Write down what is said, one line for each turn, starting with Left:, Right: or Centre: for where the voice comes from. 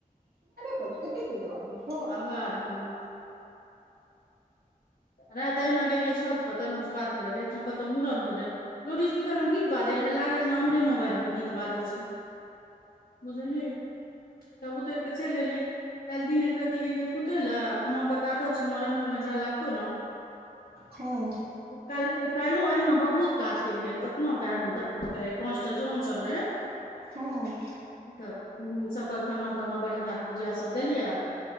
Right: पड़े छ एतेखिन स अवाज जाए छै
Left: आवाज हँ रात अहिना गेलियै छतपर तनू सँ बात करय लए एकठा कतहु मूड़न होइ रहै लोडस्पीकर मे गीत बाजै रहै लागै जना हमरे मोबाइल मे गीत बाजै छै बुझली तब उतर क चल एलियै काल दिनक एकरती गेलिए सुते लए माँ क त आदत छै माँ रामायण में जाय लागतौ ने
Right: हं
Left: काल्हि काल्हिओ अहिना बहुत काज केलियै केतना पैर में पंचटा जोन सब रह
Right: हू हँ
Left: तऽ सबके खाना ताना बड़ि भात भुजिया सब देलियै